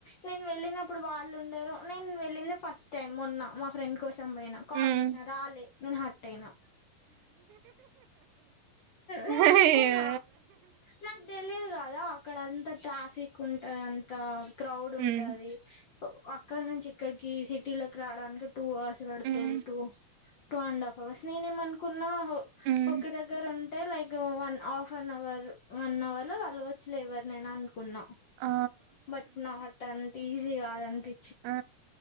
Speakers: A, on the left; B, on the right.
A: నేను వెళ్ళినప్పుడు వాళ్ళు ఉండరు నేను వెళ్ళింది ఫస్ట్ టైమ్ మొన్న మ ఫ్రెండ్ కోసం పోయిన కాల్
B: హ్మ్
A: జెసిన రాలే నేను హర్టయినా నేన్
B: అయ్యో
A: అనుకున్నా నాక్ తెలీద్ కదా అక్కడ అంతా ట్రాఫిక్ ఉంటంది అంతా క్రౌడ్
B: హ్మ్
A: ఉంటది అక్కడ నుంచి ఇక్కడికి సిటీ లోకి రావడానికి టూ అవర్స్ పడుతది
B: హ్మ్
A: two two and half hours నేనే మ్ అనుకున్నా ఆ
B: హ్మ్
A: ఒకె జాజ్ ఉంటే like one half an hour one hour లో కలవచ్చులే ఎవ్వర్నైనా అని కున్నా
B: ఆ
A: బట్ నాట్ ఆన్ టీజీ కాదన్పి
B: ఆ